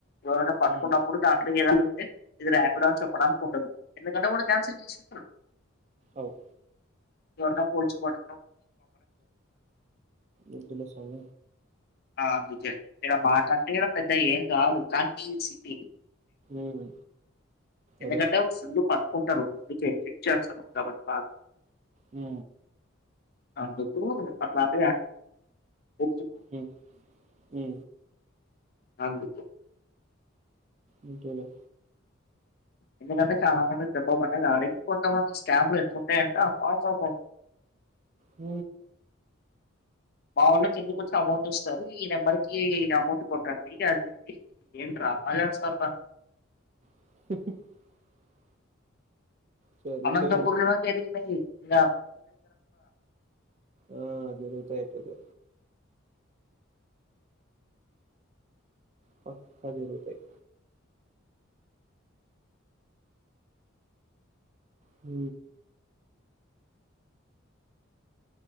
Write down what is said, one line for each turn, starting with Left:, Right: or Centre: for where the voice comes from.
Left: ఎవరైనా పట్టుకున్నప్పుడు
Right: ఉమ్
Left: దాంట్లో ఏదంటే ఇది యాపిడొ అని చెప్పడం ఉంటుంది ఎందుకంటే కన్స చే
Right: అవ్
Left: ఎవరన్నా పోల్చ పట్
Right: అబ్దుల్సమ
Left: ఆ అందుకే ఇక్కడ మా కంట్ర పెద్ద ఏం కాదు కానీ సిటీ
Right: ఉమ్
Left: ఎందుకంటే
Right: అదే
Left: ఒక్సప కుంటారు ముందుకే దిక్షాసనం గబని బ
Right: ఉ
Left: అందుకు పట్లాే ఒ
Right: ఉ ఉ
Left: అను
Right: అంతేలే
Left: ఎందుకంటే చాలా మంది దబ్బ పడ్డది అడే కొంతమంది స్కామ్లు ఎక్కువ ఉంటాయ్ అంట అబ్బబ్బ
Right: హ
Left: మా వాఊళ్ళ కిందికచ్చ అమౌంట్ ఇస్తారు ఈ నెంబర్కిి అమౌంట్ కొట్టండి అది ఏం డ్రిమలు చెస్తారు రా
Right: <inaudible> సరిపోయేది
Left: అనంతపూర్ లో త ఇగ
Right: ఆ జరుతయ్ అటేతే పక్క జరుగుతయి హ